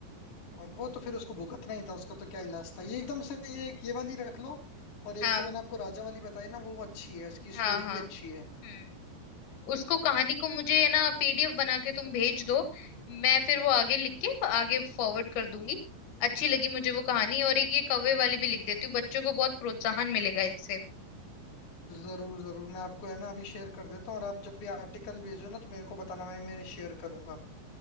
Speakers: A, on the left; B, on the left.
A: और वो तो फिर उसको भुगतना ही था उसका तो क्या इलाज था ये एकदम से ये एक ये वाली रख लो और एक
B: हाँ
A: जो मैंने आपको राजा वाली बताई ना वो अच्छी है उसकी स्टोरी
B: हाँ हाँ
A: भी अच्छी है
B: हम्म उसको कहानी को मुझे है ना पीडीएफ बना के तुम भेज दो मैं फिर वो आगे लिख के आगे फॉरवर्ड कर दूंगी अच्छी लगी मुझे वो कहानी और एक ये कौवे वाली भी लिख देती हूँ बच्चों को बहुत प्रोत्साहन मिलेगा इससे
A: जरूर जरूर मैं आपको है ना अभी शेयर कर देता हूँ और आप जब भी आर्टिकल भेजो ना तो मेरे को बताना मैं मैं शेयर करूंगा